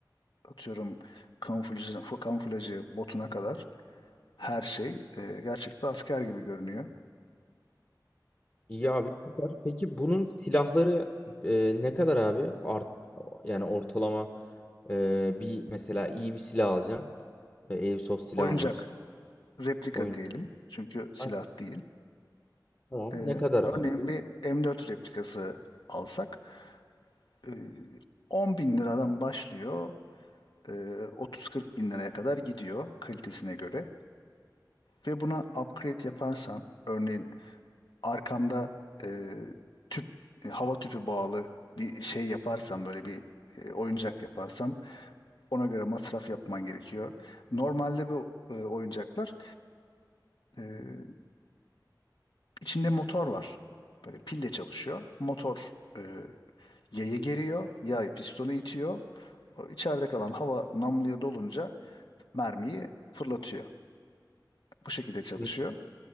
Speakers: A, on the left; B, on the left.
A: atıyorum kamuflajı, kamuflajı botuna kadar her şey e, gerçek bir asker gibi görünüyor.
B: İyi abi süper. Peki bunun silahları e, ne kadar abi? Art, yani ortalama e, bir mesela iyi bir silah alacağım. E, Airsoft silah
A: Oyuncak
B: almak istiyorum.
A: replika
B: Oyun.
A: diyelim çünkü silah
B: Ay,
A: değil.
B: Tamam.
A: Ee,
B: Ne kadar
A: örneğin
B: abi bu?
A: bir M4 replikası alsak e, 10 bin liradan başlıyor e, 30-40 bin liraya kadar gidiyor kalitesine göre ve buna upgrade yaparsan örneğin arkanda e, tüp e, hava tüpü bağlı bir şey yaparsan böyle bir e, oyuncak yaparsan ona göre masraf yapman gerekiyor. Normalde bu e, oyuncaklar e, içinde motor var. Böyle pille çalışıyor. Motor e, Yayı geriyor, yay pistonu itiyor. O içeride kalan hava namluya dolunca mermiyi fırlatıyor. Bu şekilde çalışıyor.
B: Hı.